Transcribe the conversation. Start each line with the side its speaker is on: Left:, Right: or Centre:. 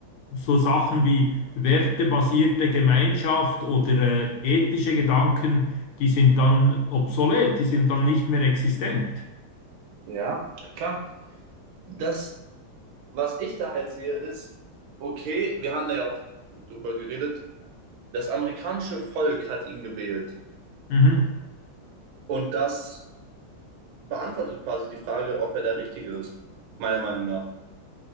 Left: so Sachen wie wertebasierte Gemeinschaft oder äh, ethische Gedanken, die sind dann obsolet, die sind dann nicht mehr existent.
Right: Ja, klar. Das, was ich da halt sehe, ist, okay, wir haben da ja auch drüber geredet, das amerikanische Volk hat ihn gewählt.
Left: Mhm.
Right: Und das beantwortet quasi die Frage, ob er der Richtige ist, meiner Meinung nach.